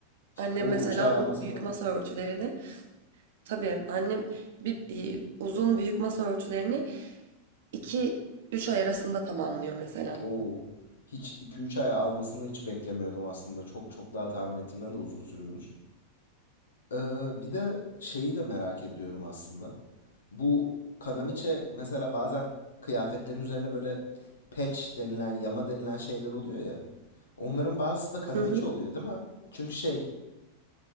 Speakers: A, on the right; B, on the left.
A: Annem
B: O
A: mesela
B: 3 ay almasını
A: u- büyük masa örtülerini tabii annem bir, e, uzun büyük masa örtülerini 2 üç ay arasında tamamlıyor mesela.
B: o hiç iki üç ay almasını hiç beklemiyordum aslında. Çok çok daha tahmin ettiğimden de uzun sürüyormuş. Ee, bir de şeyi de merak ediyorum aslında. Bu kanaviçe mesela bazen kıyafetlerin üzerine böyle patch denilen, yama denilen şeyler oluyor ya. Onların bazısı da kanaviçe
A: Hı hı.
B: oluyor değil mi? Çünkü şey